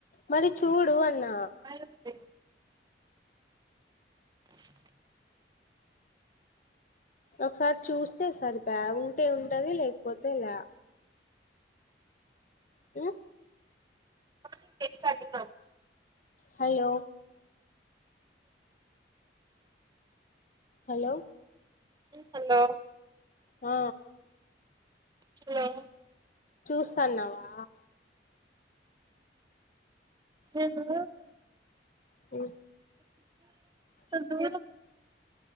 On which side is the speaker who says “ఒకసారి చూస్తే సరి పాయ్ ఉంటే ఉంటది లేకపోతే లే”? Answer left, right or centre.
Left